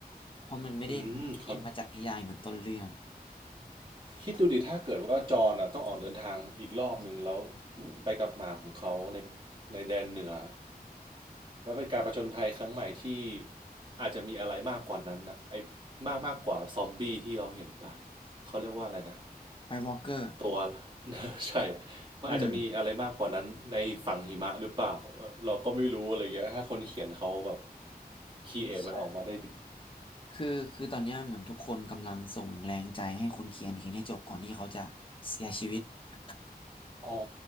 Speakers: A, on the left (about 35°); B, on the right (about 30°).
A: เพราะมันไม่ได้
B: อืมครับ
A: อิงมาจากนิยายเหมือนต้นเรื่อง
B: คิดดูดิถ้าเกิดว่าจอห์นอ่ะต้องออกเดินทางอีกรอบหนึ่งแล้วไปกับหมาของเขาในในแดนเหนือแล้วเป็นการผจญภัยครั้งใหม่ที่อาจจะมีอะไรมากกว่านั้นน่ะไอ้มากมากกว่าซอมบี้ที่เราเห็นปลเขาเรียกว่าอะไรนะ
A: ไวท์วอล์กเกอร์
B: ตัว <laughs> ใช่มันอาจจะมีอะไรมากกว่านั้นในฝั่งหิมะหรือเปล่า
A: อืม
B: เราก็ไม่รู้อะไรเงี้ยถ้าคนเขียนเขาแบบคีเอทมันออกมาได้ดี
A: ใช่คือคือตอนเนี้ยเหมือนทุกคนกำลังส่งแรงใจให้คนเขียนเขียนให้จบก่อนที่เขาจะเสียชีวิต <laughs>
B: อ๋อ